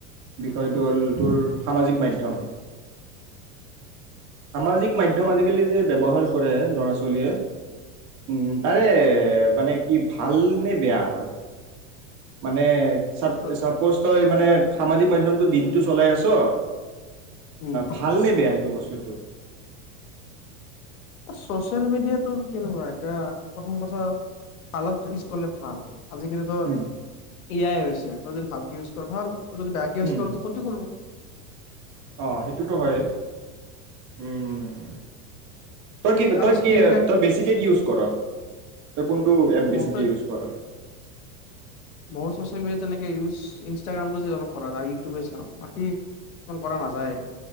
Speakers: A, on the right (about 45°); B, on the left (about 85°).
A: বিষয়টো
B: উম
A: হ'ল তোৰ সামাজিক মাধ্যম সামাজিক মাধ্যম
B: অ
A: আজি যে ব্যৱহাৰ কৰে ল'ৰা ছোৱালীয়ে উম তাৰে মানে কি ভালনে বেয়া হয়? মানে
B: তাৰপিছত
A: চাপোজ তই মানে সামাজিক মাধ্যমটো দিনটো চলাই আছ অ
B: উম
A: ভাল নে বেয়া সেইটো বস্তু? <unintelligible>
B: চচিয়েল মিডিয়াটোৰ কেনেকুৱা এতিয়া, প্ৰথম কথা ভালত ইউজ কৰিলে ভাল। আজিকালিতো
A: হুম
B: এ আই হৈছে, তই যদি ভালকে ইউজ কৰ' ভাল। যদি বেয়াকে
A: হুম
B: ইউজ কৰ তোৰ ক্ষতি কৰিব।
A: অ সেইটোতো হয় উম। তই কি, তই
B: আৰু স্ক্ৰীন
A: কি তই বেছিকে কি ইউজ কৰ'? তই কোনটো এপ
B: মোৰটো,
A: বেছিকৈ ইউজ কৰ
B: মোৰ চচিয়েল মিডিয়া তেনেকে ইউজ ইনষ্টাগ্ৰামটো যে অলপ কৰা যায় আৰু ইউটিউবেই চাওঁ, বাকী ইমান কৰা নাযায়।